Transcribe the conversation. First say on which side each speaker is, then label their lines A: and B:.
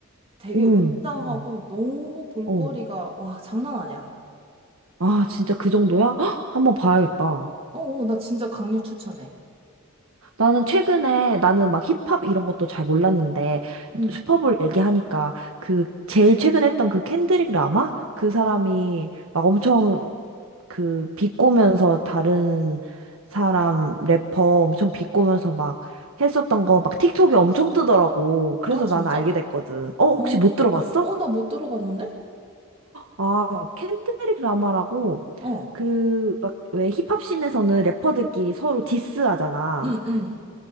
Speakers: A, on the right; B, on the right.
A: 되게
B: 오,
A: 웅장하고
B: 음.
A: 너무 볼거리가
B: 어.
A: 와 장난 아니야.
B: 아, 진짜 그 정도야? 헉, 한번 봐야겠다.
A: 어, 어, 나 진짜 강력 추천해.
B: 나는 최근에, 나는 막 힙합 이런 것도 잘 몰랐는데,
A: 응.
B: 슈퍼볼 얘기하니까, 그, 제일 최근 했던 그 켄드릭 라마? 그 사람이 막 엄청 그, 비꼬면서 다른 사람, 래퍼 엄청 비꼬면서 막 했었던 거 막 틱톡에 엄청 뜨더라고. 그래서
A: 아, 진짜?
B: 나는 알게 됐거든.
A: 어,
B: 어, 혹시 못 들어봤어?
A: 어, 나 못 들어봤는데?
B: 아, 켄드릭 라마라고
A: 어,
B: 그 막 왜 힙합씬에서는 래퍼들끼리 서로 디스하잖아.
A: 응, 응.